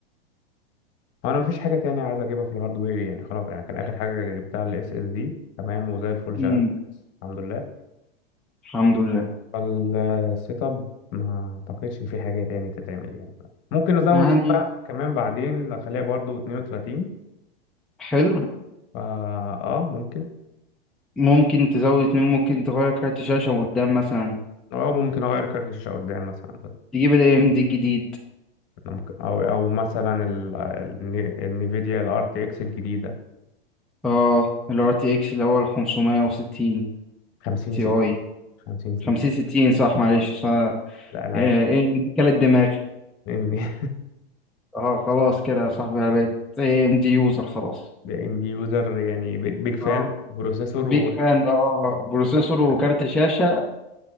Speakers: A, on the left (about 40°); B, in the centre.
A: انا مفيش حاجه تانية عايز اجيبها في الهاردوير يعني خلاص يعني كان اخر حاجه جبتها الاس اس دي تمام وزي الفل
B: مم.
A: شغال كويس الحمد لله
B: الحمد لله
A: فالسيت اب ما اعتقدش ان في حاجه تاني تتعمل يعني ممكن نزود
B: يعني
A: بقى كمان بعدين اخليها برضو 32
B: حلو
A: فا اه ممكن
B: ممكن تزود اتنين ممكن تغير كارت شاشة من قدام مثلا
A: اه ممكن اغير كارت الشاشه قدام مثلا
B: تجيب الاي ام دي الجديد
A: ممكن او او مثلا ال- ال- النفيديا الار تي اكس الجديده
B: اه ال RTX اللي هو ال 560
A: 50
B: تي
A: 60
B: اي
A: 50 60
B: 50 60 صح معلش صح
A: لا العادي
B: ايه إيه دي كانت دماغي
A: لان
B: اه خلاص كده يا صاحبي انا بقيت اي ام دي يوزر خلاص
A: لان <laughs> دي يوزر يعني بيج بيج فان
B: اه
A: بروسيسور
B: بيج
A: و...
B: فان بقى آه، بروسيسور
A: <laughs>
B: وكارت شاشة